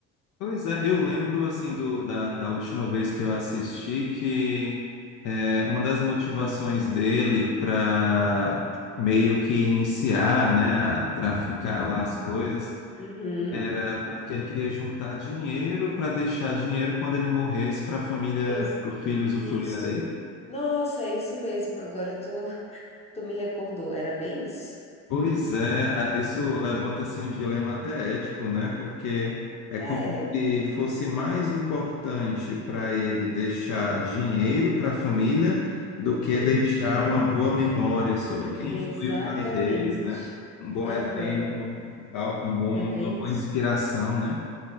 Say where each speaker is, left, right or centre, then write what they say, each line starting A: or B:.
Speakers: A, on the left; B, on the left.
A: Pois é, eu lembro assim do, da, da última vez que eu assisti que é, uma das motivações dele para meio que iniciar, né, a traficar lá as coisas
B: Uhum.
A: era porque ele queria juntar dinheiro para deixar dinheiro quando ele morresse para a família,
B: Isso.
A: para o filho usufruir,
B: Isso.
A: não era isso?
B: Nossa, é isso mesmo. Agora tu, tu me recordou. Era bem isso?
A: Pois é, a- isso levanta assim um dilema até ético, né? Porque é como
B: É,
A: se fosse mais importante para ele deixar dinheiro para a família do que
B: do
A: deixar
B: que
A: uma boa memória sobre quem
B: exatamente.
A: foi o pai deles, né? Um bom
B: Aham,
A: exemplo, um um bom,
B: É bem
A: uma boa
B: isso.
A: inspiração, né?